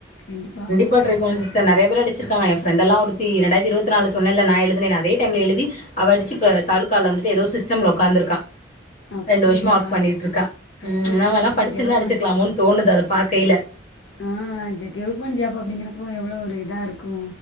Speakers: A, on the left; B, on the left.
A: கண்டிப்பா
B: கண்டிப்பா ட்ரை பண்ணனு சி்ஸ்டர் நெறய பேர் அடிச்சிருக்காங்க எ ப்ஃரெண்டல்லா ஒருத்தி ரெண்டாயிரத்தி இருவத்தி நாலு சொன்னல்ல நா எழுதுனேனு அதே டைம்ல எழுதி அவ அடிச்சு இப்போ தாலுக்காவ்ல வந்துட்டு ஏதோ சிஸ்டம்ல உக்காந்துருக்கா
A: அப்டியா
B: ரெண்டு வருஷமா ஒர்க் பண்ணிட்ருக்கா ம்
A: சூப்பர்
B: நம்மல்லா
A: சூப்பர்
B: படிச்சிருந்தா
A: கெவர்மெண்ட்
B: அடிச்சுக்கலாமோனு தோணுது அத பாக்கையில
A: ஆ ஜ கவர்மெண்ட் ஜாப் அப்டிங்கிறப்போ எவ்ளோ ஒரு இதா இருக்கு